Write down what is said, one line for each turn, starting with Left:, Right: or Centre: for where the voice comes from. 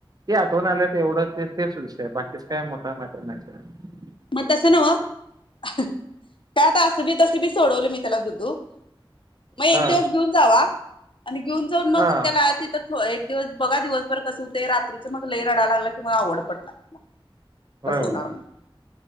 Right: ते आठवण आलं तर एवढं तेच विषय बाकीच काय मोठा मॅटर नाही सोड!
Left: मग तसं नव काय आता असं बी तस बी सोडवले मी त्याला दुधू - मग एक
Right: हा
Left: दिवस घेऊन जावा आणि घेऊन जाऊन मग
Right: हा
Left: त्याला तिथं! हो एक दिवस बघा दिवसभर कसं होते रात्रीच मग लई रडाय लागला की मग आवड पडणार.
Right: होय
Left: तसं होणार
Right: होय
Left: ना -